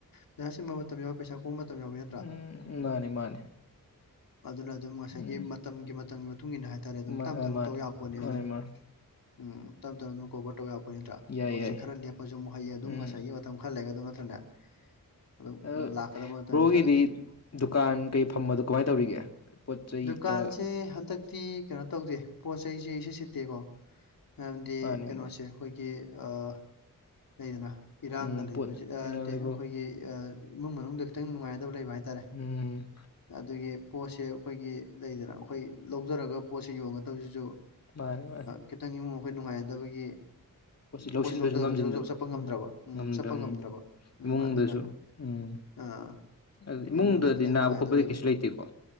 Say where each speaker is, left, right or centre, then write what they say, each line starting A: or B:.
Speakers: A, on the left (about 75°); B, on the left (about 45°).
A: ꯄꯩꯁꯥ ꯁꯤꯟꯕ ꯃꯇꯝ ꯌꯥꯎꯋꯤ ꯄꯩꯁꯥ ꯀꯣꯛꯕ ꯃꯇꯝ ꯌꯥꯎꯏ ꯅꯗ꯭ꯔꯥ
B: ꯎꯝ ꯃꯥꯅꯦ ꯃꯥꯅꯦ
A: ꯑꯗꯨꯅ ꯑꯗꯨꯝ ꯉꯁꯥꯏꯒꯤ
B: ꯎꯝ
A: ꯃꯇꯝꯒꯤ ꯃꯇꯝꯒꯤ ꯃꯇꯨꯡ ꯏꯟꯅ ꯍꯥꯏꯇꯥꯔꯦ ꯑꯗꯨꯝ
B: ꯃꯥꯅꯦ
A: ꯇꯞ ꯇꯞꯅ
B: ꯃꯥꯅꯦ
A: ꯇꯧ ꯌꯥꯄꯣꯠꯅꯦꯝ
B: ꯃꯥꯅꯦ ꯃꯥꯅꯦ
A: ꯎꯝ ꯇꯝ ꯇ ꯅ ꯀꯣꯕꯔ ꯇꯧ ꯑꯩꯈꯣꯏ ꯅꯠꯇ꯭ꯔꯥ
B: ꯌꯥꯏ
A: ꯍꯧꯖꯤꯛ
B: ꯌꯥꯏ
A: ꯈꯔ ꯂꯦꯞꯄꯁꯨ ꯍꯩ ꯑꯗꯨꯝ
B: ꯎꯝ
A: ꯉꯁꯥꯏꯒꯤ ꯃꯇꯝ ꯈꯔ ꯂꯩꯒ ꯑꯗꯨꯝ ꯅꯠꯇ꯭ꯔꯅꯦ ꯑꯗꯨꯝ
B: ꯑ
A: ꯂꯥꯛꯀꯗꯕ ꯅꯠꯇ꯭ꯔꯅꯦ
B: ꯕ꯭ꯔꯣꯒꯤꯗꯤ
A: ꯄꯩꯁꯥꯗꯨꯗꯤ
B: ꯗꯨꯀꯥꯟ ꯀꯩ ꯐꯝꯕꯗꯣ ꯀꯃꯥꯏꯅ ꯇꯧꯔꯤꯒꯦ ꯄꯣꯠ ꯆꯩ
A: ꯗꯨꯀꯥꯟꯁꯦ
B: ꯈꯔ
A: ꯍꯟꯗꯛꯇꯤ ꯀꯩꯅꯣ ꯇꯧꯗꯦ ꯄꯣꯠ ꯆꯩꯁꯦ ꯁꯤ ꯁꯤꯠꯇꯦꯀꯣ ꯃꯔꯝꯗꯤ
B: ꯃꯥꯅꯦ
A: ꯀꯩꯅꯣꯁꯦ
B: ꯃꯥ
A: ꯑꯩꯈꯣꯏꯒꯤ ꯀꯗꯅ ꯏꯔꯥꯡꯒ
B: ꯎꯝ
A: ꯂꯩꯕꯕꯁꯤ
B: ꯄꯣꯠ
A: ꯅꯠꯇꯦ
B: ꯂꯩꯕ
A: ꯑꯩꯈꯣꯏꯒꯤ ꯏꯃꯨꯡ ꯃꯅꯨꯡꯗ ꯈꯤꯇꯪ ꯅꯨꯡꯉꯥꯏꯗꯕ ꯂꯩꯕ ꯍꯥꯏꯇꯥꯔꯦ
B: ꯎꯝ
A: ꯑꯗꯨꯒꯤ ꯄꯣꯠꯁꯦ ꯑꯩꯈꯣꯏꯒꯤ ꯂꯩꯗꯅ ꯑꯩꯈꯣꯏ ꯂꯧꯖꯔꯒ ꯄꯣꯠꯁꯦ ꯌꯣꯟꯒꯗꯕꯁꯤꯁꯨ
B: ꯃꯥꯅꯤ ꯃꯥꯅꯤ
A: ꯈꯤꯇꯪ ꯏꯃꯨꯡ ꯑꯩꯈꯣꯏ ꯅꯨꯡꯉꯥꯏꯅꯗꯕꯒꯤ
B: ꯂꯧꯁꯤꯟꯕꯁꯨ
A: ꯄꯣꯠꯁꯤ ꯂꯧꯗ
B: ꯉꯝꯁꯤꯟꯗꯕ
A: ꯂꯧꯕ ꯆꯠꯄ ꯉꯝꯗ꯭ꯔꯕ
B: ꯎꯝ
A: ꯎꯝ
B: ꯉꯝꯗ꯭ꯔ
A: ꯆꯠꯄ ꯉꯝꯗ꯭ꯔꯕ ꯎꯝ
B: ꯏꯃꯨꯡꯗꯁꯨ
A: ꯑꯗꯨꯅ
B: ꯎꯝ
A: ꯑꯥ
B: ꯑꯗꯨ
A: ꯑꯩꯈꯣꯏ
B: ꯏꯃꯨꯡꯗꯗꯤ
A: ꯏꯃꯨꯡꯗ ꯈꯇꯪ
B: ꯅꯥꯕ
A: ꯅꯨꯡꯉꯥꯏꯗꯧꯔꯦꯕ
B: ꯈꯣꯠꯄꯗꯤ ꯀꯩꯁꯨ ꯂꯩꯇꯦꯀꯣ